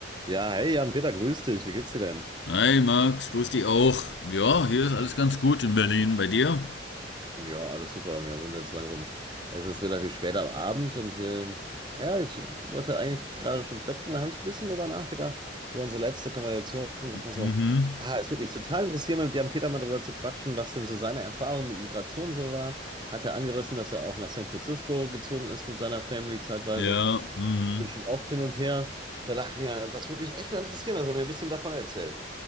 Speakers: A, on the right; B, on the left.
A: Ja, hey Jan-Peter, grüß dich. Wie geht's dir denn?
B: Hi Max, grüß dich auch. Ja, hier ist alles ganz gut in Berlin. Bei dir?
A: Ja, alles super. Wir sind jetzt langsam. Es ist relativ spät am Abend und ähm, ja, ich wollte eigentlich gerade schon ins Bett gehen. Da habe ich ein bisschen drüber nachgedacht, über unsere letzte Konversation und dachte mir so,
B: Mhm.
A: ah, es würde mich total interessieren, mit Jan-Peter mal drüber zu quatschen, was denn so seine Erfahrung mit Migration so war. Hat er angerissen, dass er auch nach San Francisco gezogen ist mit seiner Family zeitweise.
B: Ja, mhm.
A: Bin schon oft hin und her. Da dachte ich mir, das würde mich echt mal interessieren, dass er mir ein bisschen davon erzählt.